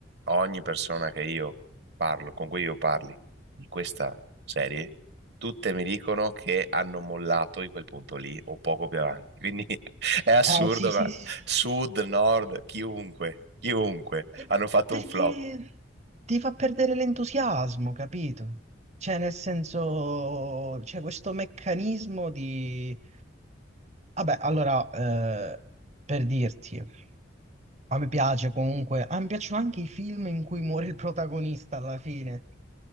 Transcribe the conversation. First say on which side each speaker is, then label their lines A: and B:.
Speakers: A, on the right; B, on the right.
A: Ogni persona che io parlo, con cui io parli di questa serie, tutte mi dicono che hanno mollato in quel punto lì o poco più avanti. Quindi <laughs> è assurdo,
B: Eh sì sì
A: ma
B: sì sì,
A: sud, nord, chiunque, chiunque,
B: E
A: hanno fatto
B: perché
A: un flop.
B: ti fa perdere l'entusiasmo, capito? Cioè nel senso, c'è questo meccanismo di... Vabbè, allora, eh, per dirti, a me piace comunque, a me piacciono anche i film in cui muore il protagonista alla fine.